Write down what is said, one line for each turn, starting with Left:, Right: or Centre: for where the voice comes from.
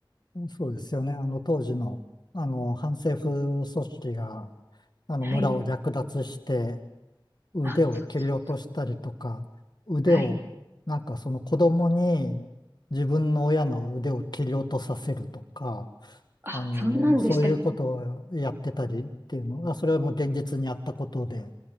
Left: そうですよね。あの、当時の、あの、反政府組織が、あの、
Right: はい。
Left: 村を略奪して、腕を切り落としたりとか、
Right: あ、そうそう。
Left: 腕を、
Right: はい。
Left: なんかその子供に自分の親の腕を切り落とさせるとか、
Right: あ、
Left: あの、
Right: そんなんでしたっ
Left: そういうことをやってたりっていうのが、それはもう現実にあったことで、